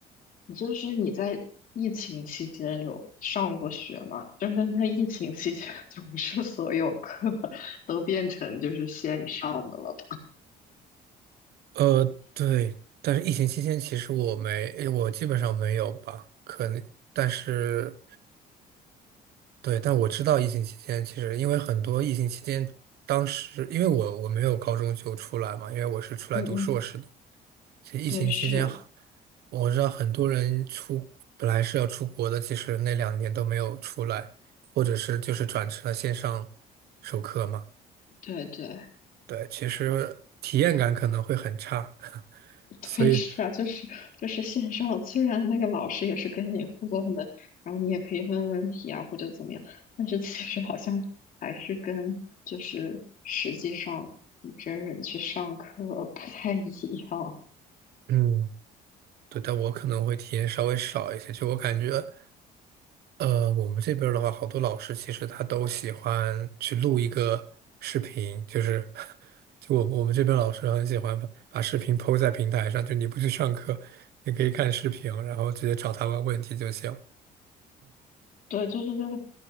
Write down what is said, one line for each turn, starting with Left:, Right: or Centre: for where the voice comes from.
Left: 你就是你在疫情期间有上过学吗？<laughs> 就是在疫情期间，就不是所有课 <laughs> 都变成就是线上的了。
Right: 呃，对，但是疫情期间其实我没，我基本上没有吧，可能，但是对，但我知道疫情期间其实因为很多疫情期间，当时因为我我没有高中就出来嘛，因为我是出来读硕士的，
Left: 嗯嗯，
Right: 其实疫情期间好，
Left: 对，是，
Right: 我知道很多人出本来是要出国的，其实那两年都没有出来，或者是就是转成了线上授课嘛，
Left: 对对。
Right: 对，其实体验感可能会很差，<laughs>
Left: 对，
Right: 所以。
Left: 是啊，就是就是线上，虽然那个老师也是跟你互动的，然后你也可以问问题啊，或者怎么样，但是其实好像还是跟就是实际上你真人去上课不太一样。
Right: 嗯，对，但我可能会体验稍微少一些。就我感觉，呃，我们这边儿的话，好多老师其实他都喜欢去录一个视频，就是 <laughs>，就我我们这边老师很喜欢把把视频 p 在平台上，就你不去上课，你可以看视频，然后直接找他问问题就行。
Left: 对，就是就是，